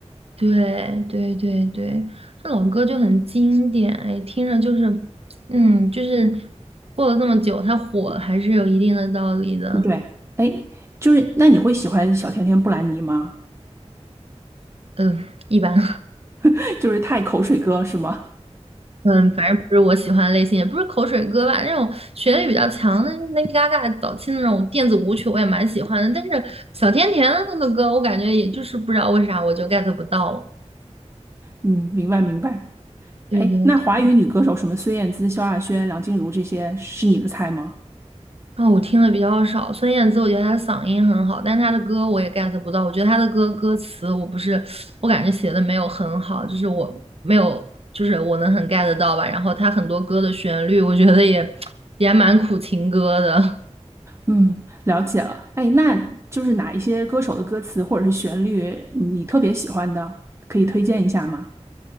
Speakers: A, on the right (about 55°); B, on the right (about 25°).
A: 对对对对，这老歌就很经典，哎，听着就是嗯，就是过了这么久，它火还是有一定的道理的，
B: 嗯对，哎，就是那你会喜欢小甜甜布兰妮吗？
A: 嗯，一般。<laughs>
B: <laughs> 就是太口水歌是吗？
A: 嗯，反正不是我喜欢的类型，也不是口水歌吧。那种旋律比较强的 Lady Gaga 早期的那种电子舞曲，我也蛮喜欢的。但是小甜甜的那个歌，我感觉也就是不知道为啥我就 get 不到。
B: 嗯，明白明白。
A: 对对，
B: 哎，那华语女歌手什么孙燕姿、
A: 对，
B: 萧亚轩、梁静茹这些是你的菜吗？
A: 啊，我听的比较少。孙燕姿，我觉得她的嗓音很好，但是她的歌我也 get 不到。我觉得她的歌歌词，我不是，我感觉写的没有很好，就是我没有，就是我能很 get 到吧。然后她很多歌的旋律，我觉得也 <tsk> 也还蛮苦情歌的。
B: 嗯，了解了。哎，那就是哪一些歌手的歌词或者是旋律你特别喜欢的，可以推荐一下吗？